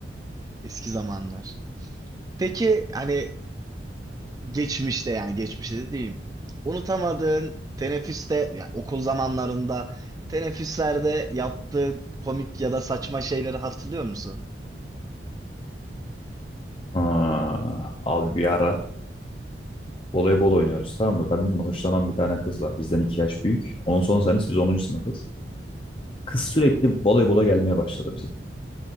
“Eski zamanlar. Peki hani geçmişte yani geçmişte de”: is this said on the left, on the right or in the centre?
Right